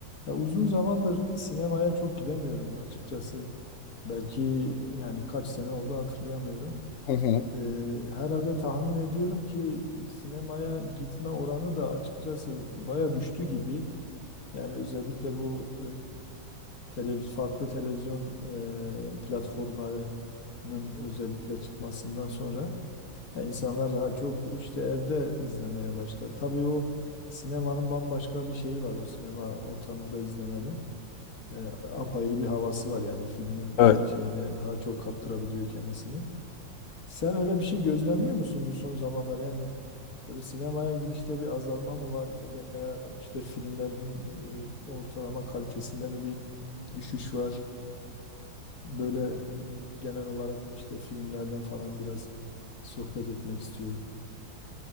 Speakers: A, on the left; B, on the left.
A: Ya uzun zamandır sinemaya çok gidemiyorum açıkçası. Belki yani kaç sene oldu hatırlayamıyorum.
B: Hı hı.
A: Ee, herhalde tahmin ediyorum ki sinemaya gitme oranı da açıkçası baya düştü gibi. Yani özellikle bu e, televiz farklı televizyon e, platformlarının özellikle çıkmasından sonra ya insanlar daha çok işte evde izlemeye başladı. Tabii o sinemanın bambaşka bir şeyi var o sinema ortamında izlemenin e, apayrı bir havası var. Yani filmin
B: Evet.
A: ke- şeyine daha çok kaptırabiliyor kendisini. Sen öyle bir şey gözlemliyor musun bu son zamanlar? Yani böyle sinemaya gidişte bir azalma mı var veya işte filmlerin e, ortalama kalitesinde mi bir düşüş var? Böyle e, genel olarak işte filmlerden falan biraz sohbet etmek istiyorum.